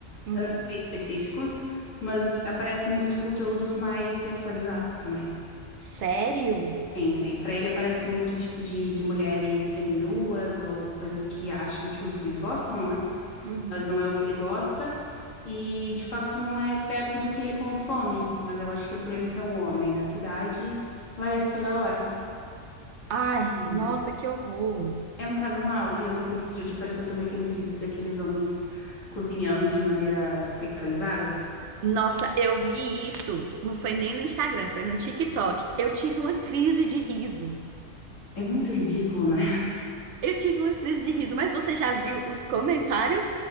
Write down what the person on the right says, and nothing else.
Uhum.
Sério?
Uhum.
Ai,
nossa, que horror.
Nossa, eu vi isso. Não foi nem no Instagram, foi no TikTok. Eu tive uma crise de riso.
Eu tive uma crise de riso, mas você já viu os comentários